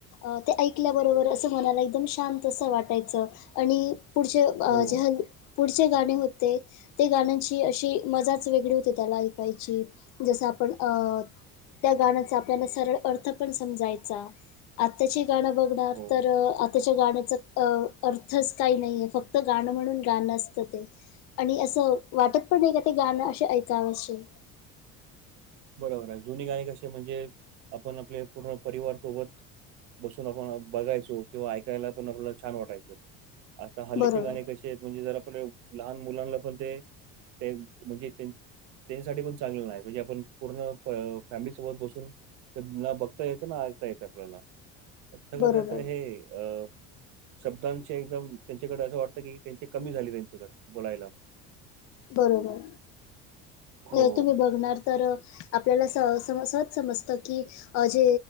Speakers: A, on the left (about 60°); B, on the right (about 70°).
A: अ ते ऐकल्याबरोबर असं मनाला एकदम शांत असं वाटायचं, आणि पुढचे
B: हो.
A: जे पुढचे गाणे होते ते गाण्यांची अशी मजाच वेगळी होती त्याला ऐकायची, जसं आपण अ त्या गाण्याचा आपल्याला सरळ अर्थ पण समजायचा, आत्ताची गाणं बघणार
B: हो
A: तर त्याच्या गाण्याचा अ अर्थच काही नाहीये, फक्त गाणं म्हणून गाणं असतं ते. आणि असं, वाटत पण नाही का ते गाणं ऐकावं अशे.
B: बरोबर आहे, जुनी गाणी कशी म्हणजे, आपण आपले पूर्ण परिवारसोबत बसून आपण बघायचो, किंवा ऐकायला पण आपल्याला छान वाटायचं, आता हल्लीचे
A: बरोबर,
B: गाणे कशी म्हणजे जर आपलं, लहान मुलांना पण ते ते म्हणजे त्यांसाठी पण चांगले नाही, म्हणजे आपण पूर्ण फॅमिली सोबत बसून, ते ना बघता येतं, ना ऐकता येतं आपल्याला. सगळं
A: बरोबर,
B: त्याचं हे अ शब्दांचे एकदम, त्यांच्याकडे असं वाटत की त्यांचे कमी झालेलेयत शब्द, त्यांच्याकडे बोलायला.
A: बरोबर,,
B: हो.
A: जर तुम्ही बघणार तर आपल्याला असं सम सहज समजतं की अ जे